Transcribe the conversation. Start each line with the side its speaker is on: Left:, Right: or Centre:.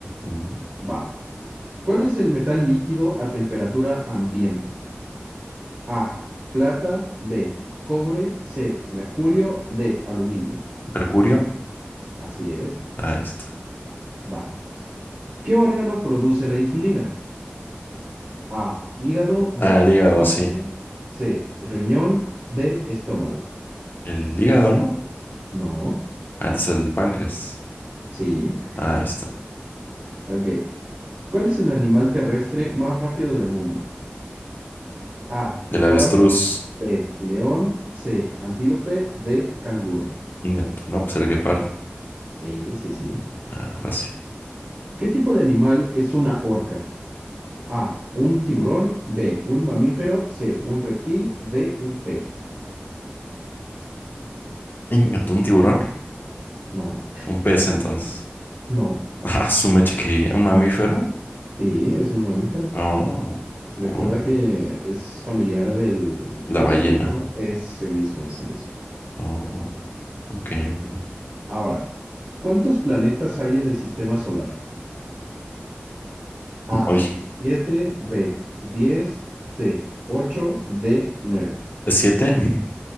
Left: Mm.
Right: Va. ¿Cuál es el metal líquido a temperatura ambiente? A. Plata. B. Cobre. C. Mercurio. D. Aluminio.
Left: Mercurio,
Right: Así es.
Left: ahí está.
Right: Va. ¿Qué órgano produce la insulina? A, hígado, B,
Left: Ah, el hígado,
Right: páncreas,
Left: sí.
Right: C, riñón, D, estómago.
Left: El hígado, ¿no?
Right: No,
Left: Antes el páncreas.
Right: sí,
Left: Ahí está.
Right: ok. ¿Cuál es el animal terrestre más rápido del mundo? A, guepardo,
Left: El avestruz.
Right: B, león, C, antílope, D, canguro.
Left: Inga tu- no, pues el guepardo.
Right: Sí, sí, sí.
Left: Ah, fácil.
Right: ¿Qué tipo de animal es una orca? A, un tiburón, B, un mamífero, C, un reptil, D, un pez.
Left: Inga tu, un tiburón.
Right: No,
Left: Un pez, entonces.
Right: no,
Left: <laughs> Ah, su mecha que un mamífero.
Right: sí, es un mamífero.
Left: Oh,
Right: Recuerda
Left: oh,
Right: que es familiar del...
Left: la
Right: ¿Cómo
Left: ballena.
Right: se llama? este mago? Ese mismo, ese mismo.
Left: Oh, ok, ok.
Right: Ahora, ¿cuántos planetas hay en el sistema solar? A,
Left: Oye,
Right: 7, B, 10, C, 8, D, 9.
Left: siete, <laughs>